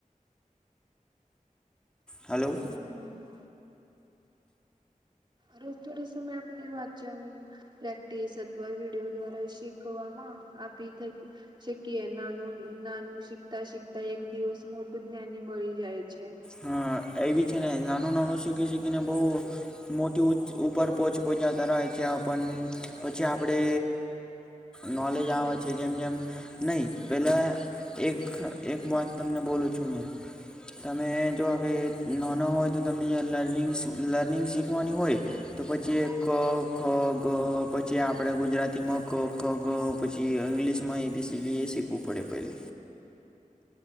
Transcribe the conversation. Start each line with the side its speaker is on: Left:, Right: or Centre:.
Centre: હલો
Right: હમ રોજ થોડો સમય આપણે વાચન પ્રેક્ટિસ અથવા વિડીયો દ્વારા શીખવામાં આપીતી શકીએ, નાનું નાનું શીખતા શીખતા એક દિવસ મોટું જ્ઞાની મળી જાય છે.
Centre: હા, એ બી છે ને, નાનું નાનું શીખી શીખીને બહુ મોટી ઉપર પોહોચપહચતા રહે છે પણ પછી આપણે નોલેજ
Right: હમ.
Centre: આવે છે જેમ જેમ, નહી પેલા એક, એક વાત તમને બોલું છું મેં તમે જો હવે નાના હોય, તો તમને જ લર્નિંગ, લર્નિંગ શીખવાની હોય તો પછી ક, ખ, ગ પછી આપણે ગુજરાતીમાં ક, ખ, ગ પછી ઇંગ્લિશમાં એ, બી, સી, ડી એ શીખવું પડે પહેલે